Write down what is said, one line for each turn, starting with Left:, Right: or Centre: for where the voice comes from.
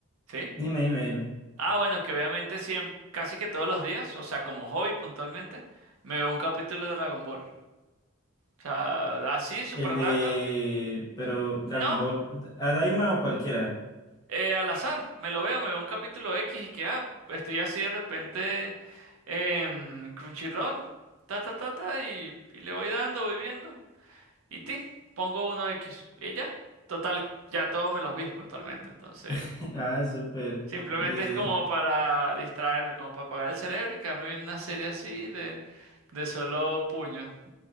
Right: sí.
Left: dime, dime, dime.
Right: Ah, bueno, que obviamente siempre, casi que todos los días, o sea, como hobby puntualmente, me veo un capítulo de Dragon Ball. O sea, así, super
Left: El de...
Right: random.
Left: Pero Dragon
Right: No,
Left: Ball, a Daima o cualquiera?
Right: eh, al azar, me lo veo, me veo un capítulo X y que, ah, estoy así de repente en Crunchyroll, ta, ta, ta, ta, y, y le voy dando, voy viendo. Y ti, pongo uno X. Y ya, total, ya todos me los vi puntualmente, entonces.
Left: <laughs> Ah, súper.
Right: Simplemente
Left: Eh,
Right: es como para distraerme, como para apagar el cerebro y quedarme viendo una serie así de, de solo puño.